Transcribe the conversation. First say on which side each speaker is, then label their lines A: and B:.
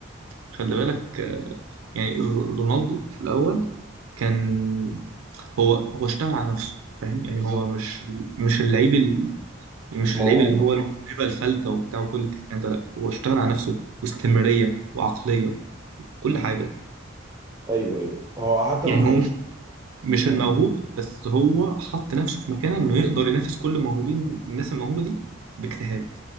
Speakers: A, on the right; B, on the right.
A: خلي بالك آه، يعني ر- رونالدو في الأول كان هو هو اشتغل على نفسه فاهم يعني
B: بالظبط
A: هو مش مش اللعيب مش
B: موهوب
A: اللعيب اللي هو الموهبة الفلتة وبتاع وكل الكلام ده لا هو اشتغل على نفسه واستمرارية وعقلية كل حاجة
B: أيوه أيوه هو حتى
A: يعني
B: لما كان
A: هو مش مش
B: مم.
A: الموهوب بس هو حط نفسه في مكانه انه يقدر ينافس كل الموهوبين الناس الموهوبة دي باجتهاد